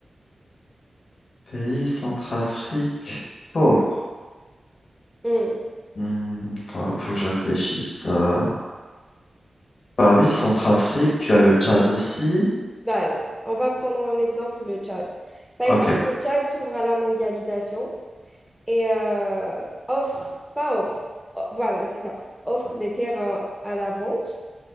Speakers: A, on the left; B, in the centre.
A: pays centrafrique pauvre.
B: hmm,
A: Hmm, attends, faut que je réfléchisse. euh. Bah oui, Centrafrique, tu as le Tchad aussi.
B: Voilà, on va prendre en exemple le Tchad. Par
A: Ok,
B: exemple, le Tchad s'ouvre à la mondialisation et euh, offre, pas offre, oh, voilà, c'est ça, offre des terrains à la vente.